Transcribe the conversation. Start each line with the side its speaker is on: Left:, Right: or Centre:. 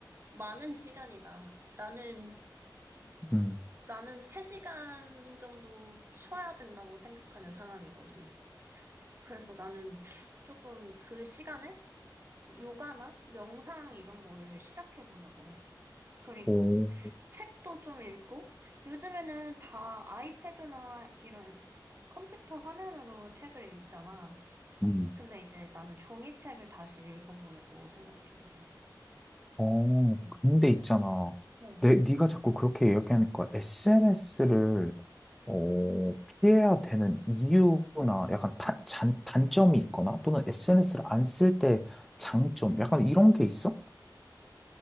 Right: 많은 시간이다. 나는
Centre: 음.
Right: 나는 3시간 정도 쉬어야 된다고 생각하는 사람이거든. 그래서 나는 조금 그 시간에 요가나 명상 이런 거를 시작해 보려고 해. 그리고
Centre: 오,
Right: 책도 좀 읽고, 요즘에는 다 아이패드나 이런 컴퓨터 화면으로 책을 읽잖아.
Centre: 음.
Right: 근데 이제 나는 종이책을 다시 읽어보려고 생각 중이야.
Centre: 어,
Right: 음.
Centre: 근데 있잖아.
Right: 어.
Centre: 내, 네가 자꾸 그렇게 이야기하니까 SNS를 어, 피해야 되는 이유나 약간 단, 잔, 단점이 있거나 또는 SNS를
Right: 응.
Centre: 안 쓸 때 장점 약간 이런 게 있어?